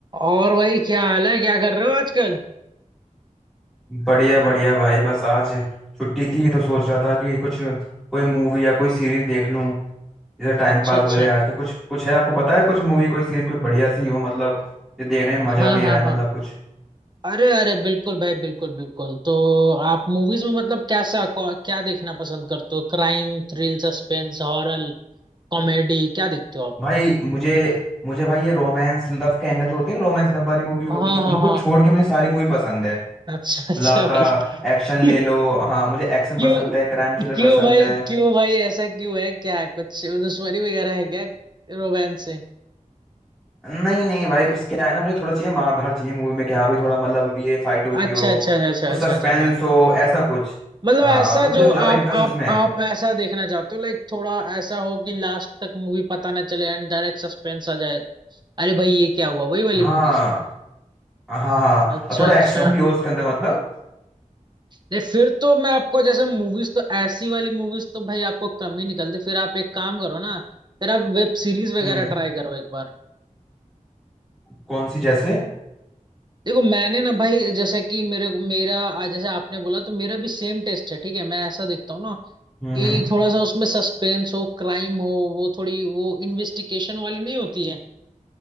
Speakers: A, on the right; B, in the centre.
A: और भाई क्या हाल है क्या कर रहे हो आजकल
B: बढ़िया बढ़िया भाई बस आज छुट्टी थी तो सोच रहा था कि कुछ कोई मूवी या कोई सीरीज देख लूं इधर टाइम
A: अच्छा
B: पास
A: अच्छा
B: हो जाए आज का कुछ कुछ है आपको पता है कुछ मूवी कोई सीरीज कोई बढ़िया सी हो मतलब जो देखने में
A: हाँ
B: मजा भी
A: हाँ
B: आए मतलब
A: हाँ
B: कुछ
A: अरे अरे बिल्कुल भाई बिल्कुल बिल्कुल तो आप मूवीज में मतलब कैसा कौ- क्या देखना पसंद करते हो Crime thrill suspense horror comedy क्या देखते हो आप
B: भाई मुझे मुझे भाई ये रोमांस लव के एंगल जो होती है ना रोमांस लव वाली मूवी होती
A: हाँ
B: है
A: हाँ
B: उनको
A: हाँ
B: छोड़ के मुझे सारी मूवी पसंद है
A: अच्छा
B: मतलब
A: अच्छा
B: आपका
A: भाई
B: एक्शन
A: क्यों
B: ले लो हाँ मुझे एक्शन
A: क्यों
B: पसंद है क्राइम थ्रिलर
A: क्यों
B: पसंद
A: भाई
B: है
A: क्यों भाई ऐसा क्यों है क्या कुछ दुश्मनी वगैरह है क्या रोमांस से
B: नहीं नहीं भाई बस क्या है ना मुझे थोड़ा चाहिए मार धाड़ चाहिए मूवी में कि हाँ भाई थोड़ा मतलब ये फाइट हो रही
A: अच्छा
B: हो
A: अच्छा अच्छा अच्छा
B: कुछ
A: अच्छा
B: सस्पेंस
A: अच्छा, हाँ
B: हो ऐसा कुछ
A: मतलब
B: हाँ
A: ऐसा
B: तो मुझे
A: जो
B: ज्यादा
A: आप
B: इंटरेस्ट
A: आप
B: उसमें है
A: आप ऐसा देखना चाहते हो लाइक थोड़ा ऐसा हो कि लास्ट तक मूवी पता ना चले एंड डायरेक्ट सस्पेंस आ जाए अरे भाई ये क्या हुआ वही वाली
B: हाँ
A: मूवीज
B: हाँ हाँ
A: अच्छा
B: और थोड़ा
A: अच्छा
B: एक्शन भी हो उसके अंदर मतलब
A: नहीं फिर तो मैं आपको जैसे मूवीज तो ऐसी वाली मूवीज तो भाई आपको कम ही निकलती फिर आप एक काम करो ना फिर आप वेब सीरीज वगैरह
B: हम्म हम्म।
A: ट्राई करो एक बार
B: कौन सी जैसे
A: देखो मैंने ना भाई जैसे कि मेरे मेरा आ, जैसे आपने बोला तो मेरा भी सेम टेस्ट है ठीक है मैं ऐसा देखता हूँ ना
B: हम्म
A: कि
B: हम्म।
A: थोड़ा सा उसमें सस्पेंस हो क्राइम हो वो थोड़ी वो इन्वेस्टिगेशन वाली नहीं होती है